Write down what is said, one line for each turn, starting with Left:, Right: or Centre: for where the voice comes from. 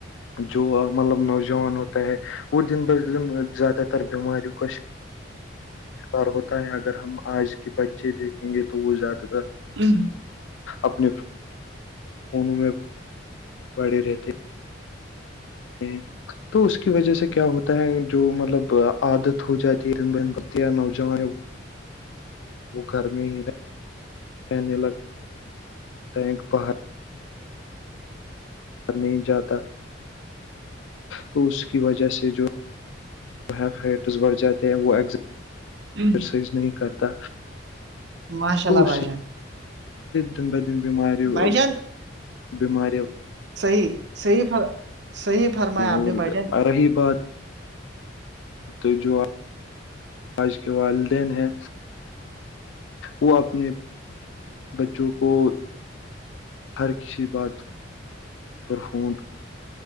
Left: جو مطلب نوجوان ہوتا ہے وہ دن بدن زیادہ تر بیماریوں کا ار ہوتا ہے اگر ہم آج کے بچے دیکھیں گے تو وہ زیادہ تر
Right: <inaudible>
Left: اپنے فونوں میں بڑی رہتے <inaudible> تو اس کی وجہ سے کیا ہوتا ہے جو مطلب عادت ہو جاتی ہےن بہن بتیاں نوجوان <inaudible> وہ گھر میں ہی رہ رہنے لگ ٹینک باہر نہیں جاتا تو اس کی وجہ سے جوائٹس بڑھ جاتے ہیں وہ ایگز
Right: جوں
Left: رسائز نہیں کرتا
Right: ماشاء
Left: تو
Right: اللہ
Left: اس
Right: بھائی جان
Left: دن بت دن بیماریوں
Right: بھائی جان
Left: بیماری
Right: صحیح صحی فر صحیح فرمایا
Left: ہیں
Right: آپ
Left: اور
Right: نے بھائی جان
Left: رہی بات تو جو آ آج کے والدین ہیں وہ اپنے بچوں کو ہر کسی بات پرھر فون